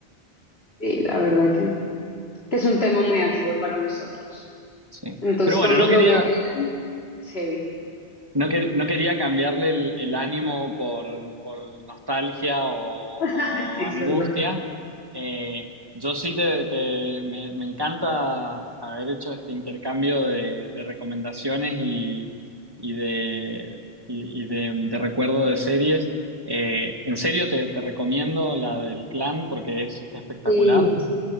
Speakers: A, on the left; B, on the right.
A: sí, la verdad que, que es un tema muy álgido para nosotros.
B: Sí.
A: Entonces,
B: Pero bueno,
A: cuando
B: no
A: lo
B: quería,
A: veneran, es heavy.
B: No, quer- no quería cambiarle el, el ánimo por, por nostalgia o,
A: <laughs> Sí,
B: o
A: es
B: angustia.
A: verdad.
B: Eh, yo sí te, te- me, me encanta haber hecho este intercambio de, de recomendaciones y, y de, y, y de, de recuerdo de series. Eh, en serio te, te recomiendo la del Clan porque es espectacular.
A: Y